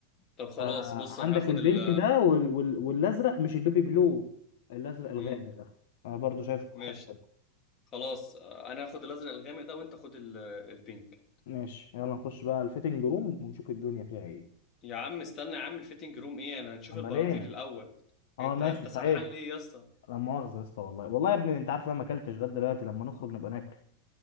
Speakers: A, on the left; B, on the left.
A: طب خلاص
B: فعندك
A: بص انا هاخد
B: البينك
A: ال
B: ده وال... وال... والازرق مش البيبي بلو الازرق الغامق
A: مم.
B: ده انا برضو شايفه
A: ماشي
B: حلو كده.
A: خلاص آه، انا هاخد الازرق الغامق ده وانت خد ال... البينك
B: ماشي يلا نخش بقى الفيتنج روم ونشوف الدنيا فيها ايه
A: يا عم استنى يا عم الفيتنج روم ايه انا هنشوف
B: امال
A: البناطيل
B: ايه
A: الاول
B: اه
A: انت
B: ماشي
A: انت
B: صحيح
A: سرحان ليه يا اسطى
B: لا مؤاخذه يا اسطى والله والله يا ابني انت عارف انا ما اكلتش غدا دلوقتي لما نخرج نبقى ناكل